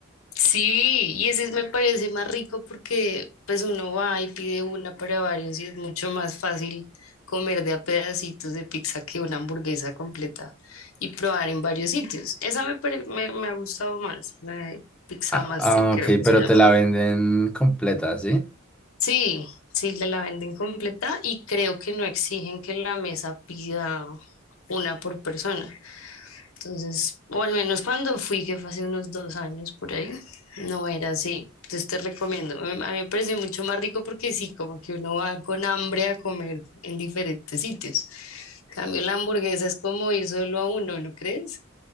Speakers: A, on the left; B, in the centre.
A: Sí, y ese me parece más rico porque pues uno va y pide una para varios y es mucho más fácil comer de a pedacitos de pizza que una hamburguesa completa y probar en varios sitios. Esa me, pare- me, me ha gustado más, la de Pizza
B: Ah,
A: Master
B: ah,
A: creo
B: ok,
A: que
B: pero
A: se llama.
B: te la venden completa, ¿sí?
A: Sí, sí, la la venden completa y creo que no exigen que la mesa pida una por persona. Entonces, o al menos cuando fui, que fue hace unos dos años por ahí, no era así. Entonces te recomiendo. A mí a mí me pareció mucho más rico porque sí, como que uno va con hambre a comer en diferentes sitios. En cambio, la hamburguesa es como ir solo a uno, ¿no crees?